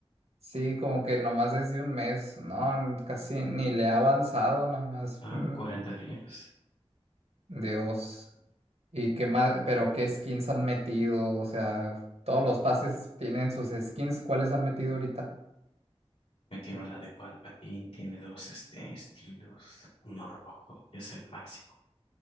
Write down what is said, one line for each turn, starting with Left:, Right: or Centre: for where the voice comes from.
Right: Sí, como que nomás es de un mes, ¿no? n- Casi ni le ha avanzado nomás.
Left: ah,
Right: mm,
Left: cuarenta días.
Right: Dios. ¿Y qué más? ¿Pero qué skins han metido? O sea, todos los pases tienen sus skins. ¿Cuáles han metido ahorita?
Left: Metieron la de Palpatine, tiene dos este, estilos, uno rojo, que es el máximo,